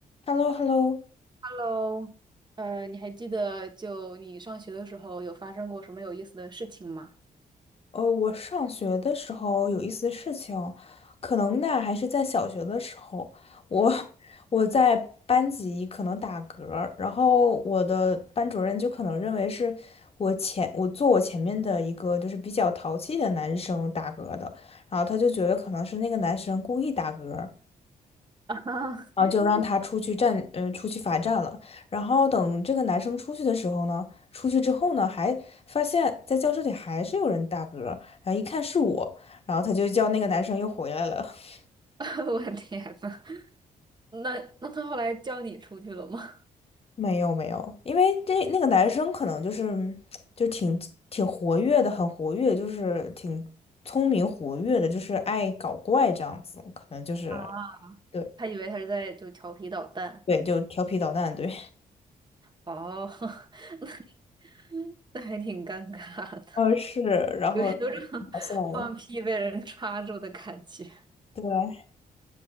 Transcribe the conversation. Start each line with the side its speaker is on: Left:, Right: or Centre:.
Left: h e l l o h e l l o
Right: Hello，呃，你还记得就你上学的时候有发生过什么有意思的事情吗？
Left: 呃，我上学的时候有一些事情，可能呢还是在小学的时候，我 <laughs> 我在班级可能打嗝儿然后我的班主任就可能认为是我前我坐我前面的一个就是比较淘气的男生打嗝的，然后他就觉得可能是那个男生故意打嗝，
Right: <laughs> 啊
Left: 然后就让他出去站，呃，出去罚站了。然后等这个男生出去的时候呢，出去之后呢，还发现在教室里还是有人打嗝，然后一看是我，然后他就叫那个男生又回来了。<laughs>
Right: <laughs> 我的天呐，那那他后来叫你出去了吗？
Left: 没有没有，因为这那个男生可能就是嗯就挺挺活跃的，很活跃，就是挺聪明活跃的，就是爱搞怪这样子，可能就是
Right: 啊，
Left: 对
Right: 他以为他是在就调皮捣蛋。
Left: 对，就调皮捣蛋，对，
Right: 哦，<laughs> 那那还挺尴尬的，
Left: <laughs> 呃是，然后挺
Right: 有有种放屁被人抓住的感觉。
Left: 好笑的，对，